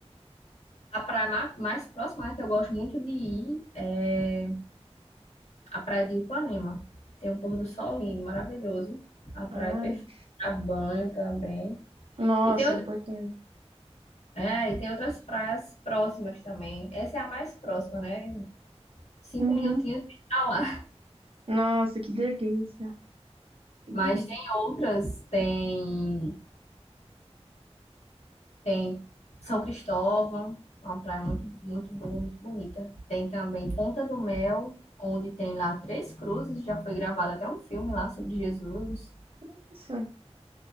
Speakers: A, on the left (about 75°); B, on the right (about 55°).
A: a praia ma- mais próxima, né, que eu gosto muito de ir é a praia de Ipanema. Tem um pôr do sol lindo, maravilhoso. A praia
B: Ai.
A: é perfeita. Pra banho também.
B: Nossa,
A: E tem outra-
B: é importante.
A: é, e tem outras praias próximas também. Essa é a mais próxima, né? Cinco
B: Uhum.
A: minutinhos de estar lá.
B: Nossa, que delícia. Que delícia.
A: Mas tem outras, tem, tem São Cristóvão, uma praia muito, muito boa, muito bonita. Tem também Ponta do Mel, onde tem lá três cruzes, já foi gravado até um filme lá sobre Jesus.
B: Nossa,